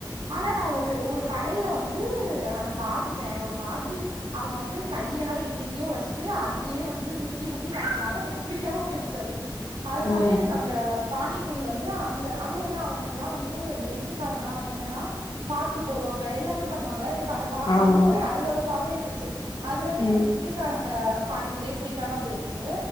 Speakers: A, on the right; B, on the left.
A: ஆனா நா ஒரு ஒரு கடையில வந்து அத பாத்துட்டே ஒரு மாதிரி அவங்க வந்து கையெல்லா எங்கெங்கயோ வ ச்சு அதுலயே வந்து முக்கி முக்கி தந்தனால பிடிகாம போயிடுசு அது அதனாலயே
B: ம்
A: எனக்கு
B: ம்
A: அந்த பாணிப் புரி வந்து அந்த அதுவு வந்து அவங்கலா வந்து அந்த இந்திக்காரங்களா வந்து என்னன்னா பாக்கு போடுவாங்க எல்லாமே பண்ணுவாங்கள எனக்கு அத அ
B: ஆமா
A: அது ஒரு மாரி அருவறுப்பாவே இருந்துச்ச ச்சுக் அதுல இருந்து
B: ம்
A: எனக் ஹிந்திகார ஆ பானிபூரியே புடிக்காம போயிருச்சு